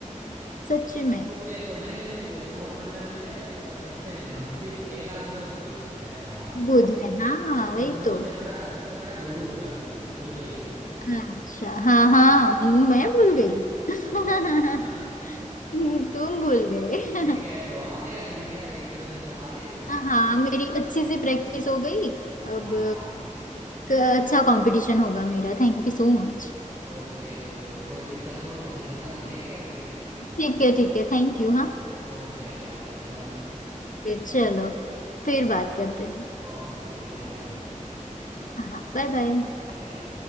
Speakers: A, on the left; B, on the right.
A: सच में
B: ओके तो नहीं नहीं नहीं वो सौर मंडल में अ, सबसे नजदीक पहला ग्रह बुध है शायद हाँ
A: बुध है हाँ वही
B: और सबसे
A: तो
B: बड़ा सबसे बड़ा गुरु ग्रह है भूल गई तुम
A: अच्छा हाँ हाँ मैं भूल गई <laughs>
B: वही तो <laughs>
A: तुम भूल गए <laughs>
B: ठीक है तो आ गया तुम्हें क्या ये क्वेश्चन सब आ गए ना
A: हाँ हाँ मेरी अच्छी सी प्रैक्टिस हो गई
B: हाँ
A: अब क- अच्छा कंपटीशन होगा मेरा थैंक यू सो मच
B: ओके तो कोई दिक्कत हो तो फिर बताना ठीक है अभी
A: ठीक है ठीक है थैंक यू हाँ
B: ओके हाँ वेलकम
A: फिर चलो फिर
B: ओके
A: बात करते हैं
B: ओके ओके कोई बात नहीं
A: हाँ बाय बाय
B: Bye bye